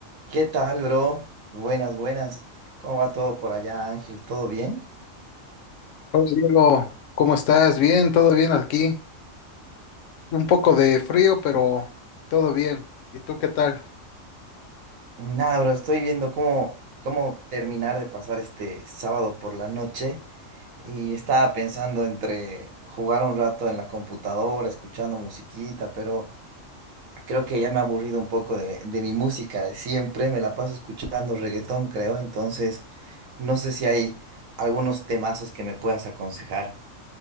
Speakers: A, on the right (about 85°); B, on the left (about 75°).
A: ¿Qué tal, bro? Buenas, buenas. ¿Cómo va todo por allá, Ángel? ¿Todo bien?
B: Hola Diego, ¿cómo estás? Bien, todo bien aquí. Un poco de frío, pero todo bien. ¿Y tú qué tal?
A: Nada, bro, estoy viendo cómo, cómo terminar de pasar este sábado por la noche y estaba pensando entre jugar un rato en la computadora, escuchando musiquita, pero creo que ya me ha aburrido un poco de, de mi música de siempre. Me la paso escuchando reggaetón, creo, entonces no sé si hay algunos temazos que me puedas aconsejar.